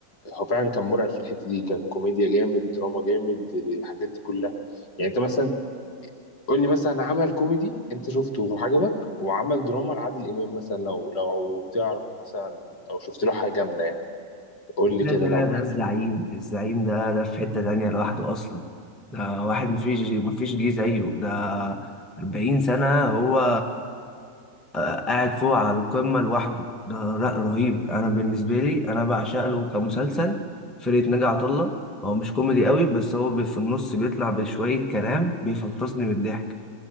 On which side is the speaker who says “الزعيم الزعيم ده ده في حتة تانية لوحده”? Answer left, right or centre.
Centre